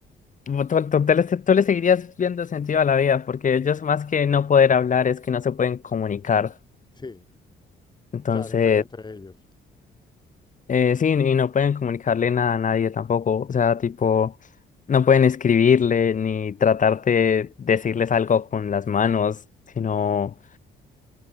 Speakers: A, on the left; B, on the left.
A: tú, tú- tú le, tú le seguirías viendo sentido a la vida, porque ellos más que no poder hablar es que no se pueden comunicar.
B: sí,
A: Entonces,
B: claro, entre, entre ellos.
A: eh, sí, y no pueden comunicarle nada a nadie tampoco. O sea, tipo, no pueden escribirle ni tratar de decirles algo con las manos, sino